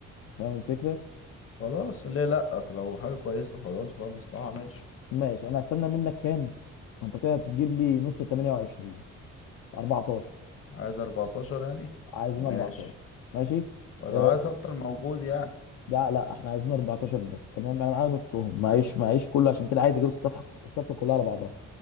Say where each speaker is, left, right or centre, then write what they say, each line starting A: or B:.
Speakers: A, on the left; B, on the left.
A: فاهم الفكره
B: خلاص ليه لا طب لو حاجة كويسة خلاص وفيها مصلحة ماشي
A: ماشي انا هستنى منك كام انت كده هتجيب لي نص ال 28 14
B: عايز 14 يعني
A: عايزين
B: ماشي
A: 14 ماشي
B: ولو
A: أه
B: عايز اكتر موجود يعني
A: لا لا احنا عايزين 14 بس تمام انا معايا نصهم معيش معيش كله عشان كده عايز اجيب الصفحه الصفقه كلها على بعضها